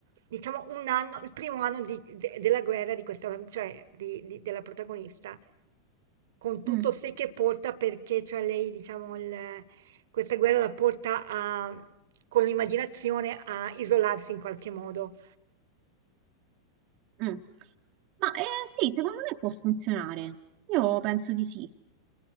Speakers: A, on the right; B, on the right.
A: diciamo, un anno, il primo anno di- de- della guerra di questa, cioè, di- di- della protagonista. con tutto
B: Mm,
A: sé che porta perché cioè lei diciamo il- questa guerra la porta a, con l'immaginazione a isolarsi in qualche modo.
B: mm. Ma eh, sì, secondo me può funzionare. Io penso di sì.